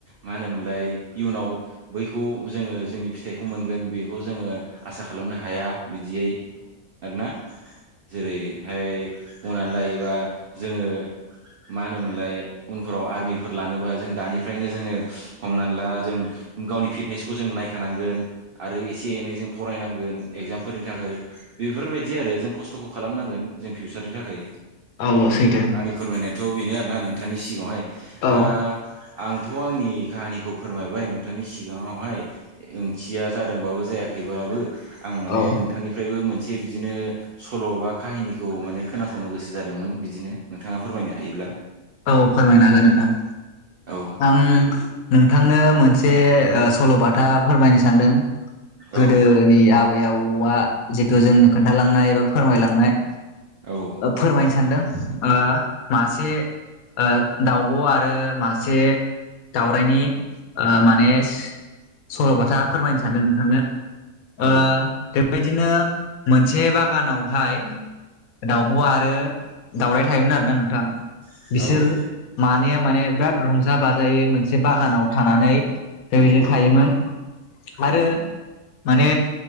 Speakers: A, on the right; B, on the left.
A: मा होनोमोनलाय इयुनाव बैखौ जोङो जोंनि फिथाइखौ मोनगोन बेखौ जोङो आसा खालामनो हाया बिदियै आरो ना जेरै जेरैहाय बुंनानै लायोबा जोङो मा होनोमोनलाय उनफोराव आर्मिफोर लानोबा जों दानिफ्रायनो जोङो हमना ला जों गावनि फिटनेसखौ जों नायखानांगोन आरो एसे- एनै जों फरायनांगोन। एगजामफोरनि थाखाय बेफोरबायदि आरो जों खस्थ'खौ खालामनांगोन जों फिउचारनि थाखाय।
B: औ औ सैथो।
A: आंनि फोरमायनायाथ' बेनो आरोना नोंथांनि सिगाङावहाय
B: औ
A: दा आंथ' आंनि खाहानिखौ फोरमायबाय नोंथांनि सिगाङावहाय। ओंथिया जादोंबाबो जायाखैब्लाबो आं माने
B: औ
A: नोंथांनिफ्रायबो मोनसे बिदिनो सल' बा खाहिनिखौ माने खोनासंनो गोसो जादोंमोन। बिदिनो नोंथाङा फोरमायनो हायोब्ला?
B: औ फोरमायनो हागोन नोंथां।
A: औ
B: आं नोंथांनो मोनसे ओ सल'बाथा फोरमायनो सानदों गोदोनि
A: औ
B: आबै- आबौ आबौआ जिथु जोंनो खोन्थालांनाय एबा फोरमायलांनाय
A: औ।
B: फोरमायनो सानदों ओ मासे ओ दाउब' आरो मासे दावरायनि ओ माने सल'बाथा फोरमायनो सानदों नोंथांनो।
A: औ।
B: ओ बेबायदिनो मोनसे बागानावहाय दाउब' आरो दाउराय थायोमोन आरोना नोंथां।
A: औ
B: बिसोर मानैया माने बिराद रंजा- बाजायै मोनसे बागानाव थानानै बेबायदिनो थायोमोन। आरो
A: औ
B: माने